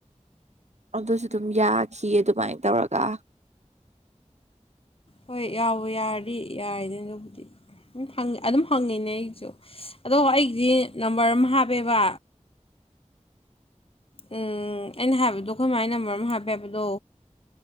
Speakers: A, on the right; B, on the left.
A: ꯑꯗꯨꯁꯨ ꯑꯗꯨꯝ ꯌꯥꯈꯤꯌꯦ ꯑꯗꯨꯃꯥꯏꯅ ꯇꯧꯔꯒ
B: ꯍꯣꯏ ꯌꯥꯎꯕ ꯌꯥꯔꯗꯤ ꯌꯥꯔꯅꯦ ꯑꯗꯨꯕꯨꯗꯤ ꯑꯗꯨꯝ ꯍꯪꯉꯤꯅꯦ ꯑꯩꯒꯤꯁꯨ ꯑꯗꯣ ꯑꯩꯒꯤꯗꯤ ꯅꯝꯕꯔ ꯑꯃ ꯍꯥꯞꯄꯦꯕ ꯎꯝ ꯑꯩꯅ ꯍꯥꯏꯕꯗꯣ ꯑꯩꯈꯣꯌ ꯏꯃꯒꯤ ꯅꯝꯕꯔ ꯑꯃ ꯍꯥꯞꯄꯦ ꯍꯥꯏꯕꯗꯣ